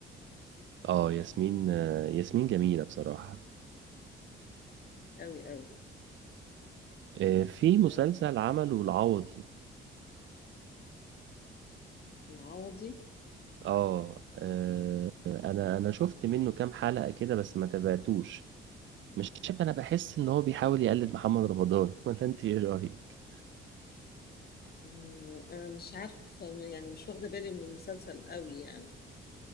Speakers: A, on the right; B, on the left.
A: اه ياسمين آه ياسمين جميلة بصراحة
B: قوي
A: آه في
B: قوي
A: مسلسل عمله العوضي
B: العوضي
A: اه آه، انا انا شفت منه كام حلقة كده بس ما تابعتوش مش شايف انا بحس ان هو بيحاول يقلد محمد رمضان <laughs> ولا انت ايه رأيك
B: مم، انا مش عارفه يعني مش واخده بالي من المسلسل قوي يعني